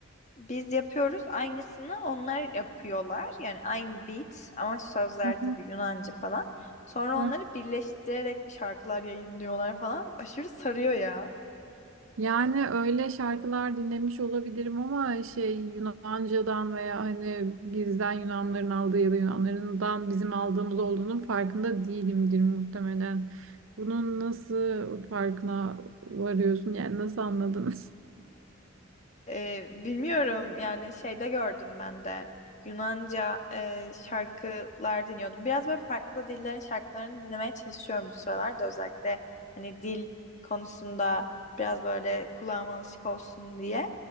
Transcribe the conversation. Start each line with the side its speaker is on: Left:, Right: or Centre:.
Left: Biz yapıyoruz aynısını onlar yapıyorlar. Yani aynı beat ama sözler
Right: aha,
Left: tabii Yunanca falan. Sonra
Right: aha.
Left: onları birleştirerek şarkılar yayınlıyorlar falan. Aşırı sarıyor ya.
Right: Yani öyle şarkılar dinlemiş olabilirim ama şey Yunanca'dan veya hani bizden Yunanların aldığı ya da Yunanlarından bizim aldığımız olduğunun farkında değilimdir muhtemelen. Bunun nasıl farkına varıyorsun? Yani nasıl anladın?
Left: Ee, bilmiyorum yani şeyde gördüm ben de Yunanca e, şarkılar dinliyordum. Biraz böyle farklı dillerin şarkılarını dinlemeye çalışıyorum bu sıralarda özellikle hani dil konusunda biraz böyle kulağıma alışık olsun diye.